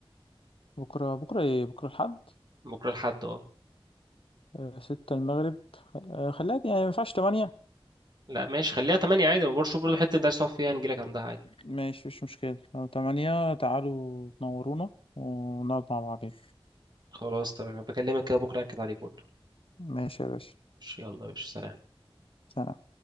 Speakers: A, on the left; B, on the right.
A: بكرة بكرة ايه بكرة الحد
B: بكرة لحد اه
A: آه، ستة المغرب آه، خليها دي- يعني ما ينفعش تمانية
B: لا ماشي خليها تمانية عادي ما برضه شوف برضه حتة أنت عايز تقعد فيها نجيلك عندها عادي
A: ماشي مش مشكلة لو تمانية تعالوا تنورونا ونقعد مع بعضين
B: خلاص تمام بكلمك كده بكرة أكد عليك برضه
A: ماشي يا باشا
B: ماشي، يلا يا باشا سلام
A: سلام